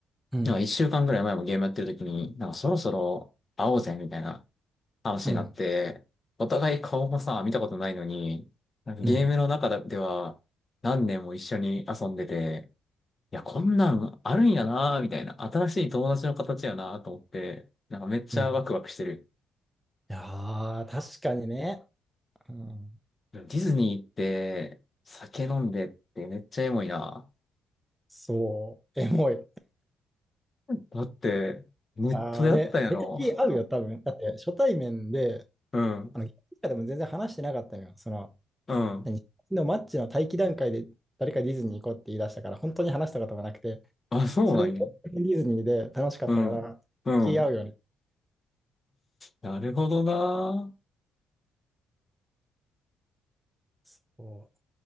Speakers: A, in the centre; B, on the left.
A: うん。
B: なんか一週間ぐらい前もゲームやってる時に、なんかそろそろ会おうぜみたいな話になって、
A: うん。
B: お互い顔もさ、見たことないのに、なんかゲームの中では何年も一緒に遊んでて、
A: うん。
B: いや、こんなんあるんやなみたいな、新しい友達の形やなと思って、なんかめっちゃワクワクしてる。
A: うん。いやー、確かにね。うん。
B: ディズニーって酒飲んでってめっちゃエモいな
A: そう、エモい。
B: だって、ネットであったんやろ。
A: ああ、で、めっちゃ気合うよ、多分。だって、初対面で、
B: うん。
A: あの、ゲームとかでも全然話してなかったのよ。その、
B: うん。
A: 何のマッチの待機段階で誰かディズニー行こうって言い出したから、本当に話したこともなくて、
B: あ、そうなんや。
A: それでディズニーで楽しかったから、
B: うん。うん。
A: 気合うよね。
B: なるほどな。
A: そう